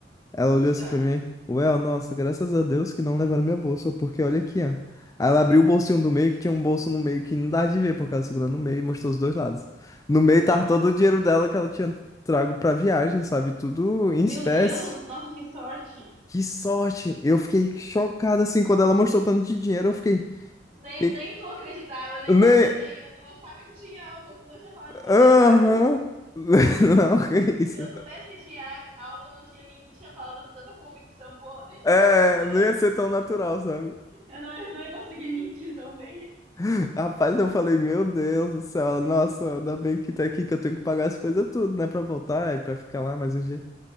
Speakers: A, on the left; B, on the right.
A: ela olhou assim
B: Tá.
A: pra mim, Well, nossa, graças a Deus que não levaram minha bolsa, porque olha aqui, ó. Aí ela abriu o bolsinho do meio, que tinha um bolso no meio que não dava de ver, porque ela segurou no meio e mostrou os dois lados. No meio tava
B: Aham.
A: todo o dinheiro dela que ela tinha trago pra viagem, sabe? Tudo em
B: Meu
A: espécie.
B: Deus, nossa, que sorte.
A: Que sorte! Eu fiquei chocado, assim, quando ela mostrou tanto de dinheiro, eu fiquei...
B: Nem,
A: Que...
B: nem tu acreditava, nem,
A: Nem...
B: nossa, eu nem, eu não achava que tinha algo, senão eu tinha falado pode
A: Aham...
B: levar.
A: <laughs> Não, que isso.
B: Se eu soubesse que tinha águ- algo, eu não tinha, men- tinha falado com tanta convicção, pô, deixa
A: É,
B: a bolsa da mulher.
A: não ia ser tão natural, sabe?
B: Eu não, eu não ia conseguir mentir tão bem.
A: <laughs> Rapaz, eu falei, meu Deus do céu, ela, nossa, ainda bem que tá aqui que eu tenho que pagar as coisas tudo, né, pra voltar e pra ficar lá mais um dia.